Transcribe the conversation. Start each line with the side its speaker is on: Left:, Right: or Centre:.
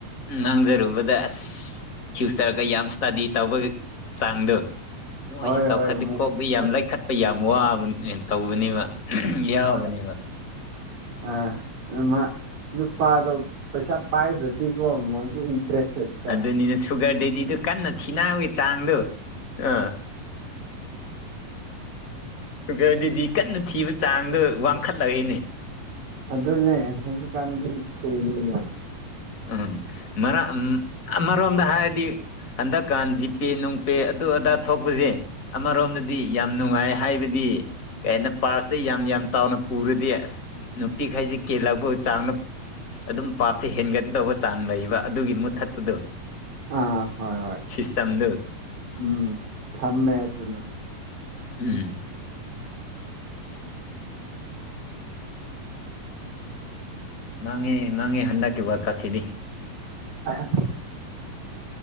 Left: ꯉꯥꯡꯖꯔꯨꯕꯗ ꯑꯁ ꯐ꯭ꯌꯨꯆꯔꯒ ꯌꯥꯝ ꯏꯁꯇꯗꯤ ꯇꯧꯕꯒꯤ ꯆꯥꯡꯗꯣ ꯃꯣꯏꯁꯨ
Right: ꯍꯣꯏ
Left: ꯇꯧꯈꯂꯤꯀꯣ
Right: ꯍꯣꯏ ꯃꯨ-
Left: ꯀꯣꯛꯗ ꯌꯥꯝ
Right: ꯑꯁ,
Left: ꯂꯩꯈꯠꯄ ꯌꯥꯝ ꯋꯥꯕꯅꯪ ꯇꯧꯕꯅꯦꯕ ꯌꯥꯎꯕꯅꯦꯕ
Right: ꯍꯣꯏ ꯑꯥ ꯑꯃꯥ ꯅꯨꯄꯥꯗꯣ ꯄꯩꯁꯥ ꯄꯥꯏꯗ꯭ꯔꯗꯤꯀꯣ ꯃꯣꯏꯁꯨ ꯏꯟꯇꯔꯦꯁ ꯂꯩꯇ
Left: ꯑꯗꯨꯅꯤ ꯁꯨꯒꯔ ꯗꯦꯗꯤꯗꯨ ꯀꯟꯅ ꯊꯤꯅꯕꯒꯤ ꯆꯥꯡꯗꯣ ꯑ ꯁꯨꯒꯔꯗꯦꯗꯤ ꯀꯟꯅ ꯊꯤꯕ ꯆꯥꯡꯗꯣ ꯋꯥꯡꯈꯠꯂꯛꯏꯅꯦ
Right: ꯑꯗꯨꯅꯦ ꯍꯧꯖꯧꯒꯤꯛꯀꯥꯟꯟꯗꯤ ꯁꯦꯟꯅꯤꯅ
Left: ꯎꯝ ꯃꯔ ꯃꯔꯣꯡꯗ ꯍꯥꯏꯗꯤ ꯍꯟꯗꯛꯀꯥꯟ ꯖꯤꯄꯦ ꯅꯨꯡꯄꯦ ꯑꯗꯨ ꯑꯗꯥ ꯊꯣꯛꯄꯁꯦ ꯑꯃꯔꯣꯝꯗꯗꯤ ꯌꯥꯝ ꯅꯨꯡꯉꯥꯏ ꯍꯥꯏꯕꯗꯤ ꯀꯩ ꯍꯥꯏꯅ ꯄꯥꯔꯁꯇ ꯌꯥꯝ ꯌꯥꯝ ꯆꯥꯎꯅ ꯄꯨꯔꯗꯤ ꯑꯁ ꯅꯨꯄꯤꯈꯩꯁꯤꯦ ꯀꯦꯜꯂꯛꯄ ꯆꯥꯡꯅ ꯑꯗꯨꯝ ꯄꯥꯞꯁꯦ ꯍꯦꯟꯒꯠ ꯇꯧꯕ ꯆꯥꯡ ꯂꯩꯕ ꯑꯗꯨꯒꯤ ꯃꯨꯠꯊꯠꯄꯗꯨ
Right: ꯑꯥ ꯍꯣꯏ ꯍꯣꯏ
Left: ꯁꯤꯁꯇꯦꯝꯗꯨ
Right: ꯎꯝ ꯁꯝꯃꯦ ꯑꯗꯨꯅ
Left: ꯎꯝ ꯎ ꯃꯥꯡꯉꯦ ꯃꯥꯡꯉꯦ ꯍꯟꯗꯛꯀꯤ ꯋꯥꯜ ꯀꯥꯞꯁꯤꯗꯤ
Right: ꯑꯥ